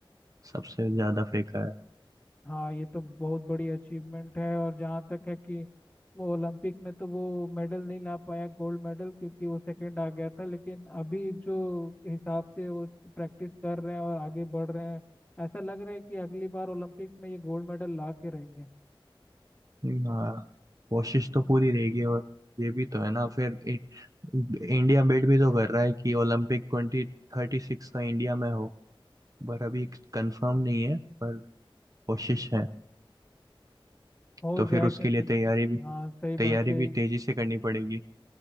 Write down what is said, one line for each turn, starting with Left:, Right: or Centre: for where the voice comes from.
Right: सबसे ज्यादा फेंका है
Left: हाँ ये तो बहुत बड़ी अचीवमेंट है और जहाँ तक है कि वो ओलंपिक में तो वो मेडल नहीं ला पाया गोल्ड मेडल क्योंकि वो सेकंड आ गया था लेकिन अभी जो हिसाब से वो प्रैक्टिस कर रहे हैं और आगे बढ़ रहे हैं ऐसा लग रहा है कि अगली बार ओलंपिक में ये गोल्ड मेडल ला के रहेंगे
Right: हाँ कोशिश तो पूरी रहेगी और ये भी तो है ना फिर इ- इंडिया बेट भी तो कर रहा है कि ओलंपिक ट्वेंटी थर्टी सिक्स का इंडिया में हो पर अभी कंफर्म नहीं है पर कोशिश है
Left: हो
Right: तो
Left: जाए
Right: फिर उसके
Left: क्योंकि
Right: लिए तैयारी भी
Left: हाँ सही
Right: तैयारी
Left: बात है
Right: भी तेजी से करनी पड़ेगी